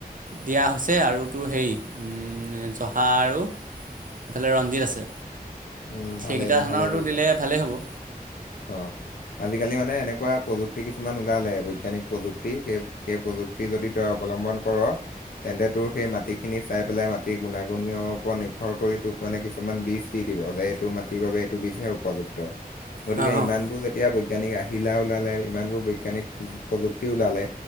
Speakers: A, on the right; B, on the left.
A: দিয়া হৈছে আৰু তোৰ হেৰি জহা আৰু এইফালে ৰঞ্জিত আছে
B: উম,
A: সেইকেইটা
B: ভালেই
A: ধানৰতো
B: ভালেই কৰিছ।
A: দিলে ভালেই হ'ব
B: অ আজিকালি মানে এনেকুৱা প্ৰযুক্তি কিছুমান ওলালে বৈজ্ঞানিক প্ৰযুক্তি সেই সেই প্ৰযুক্তি যদি তই অৱলম্বন কৰ তেন্তে তোৰ সেই মাটিক খিনি চাই পেলাই মাটিৰ গুণাগুণৰ ওপৰত নিৰ্ভৰ কৰি তোক মানে কিছুমান বীজ দি দিব যে এইটো মাটি সেই বাবে এইটো বিজহে উপযুক্ত গতিকে
A: অঁ
B: ইমানবোৰ যেতিয়া বৈজ্ঞানিক আহিলা ওলালে ইমানবোৰ বৈজ্ঞানিক প্ৰযুক্তি ওলালে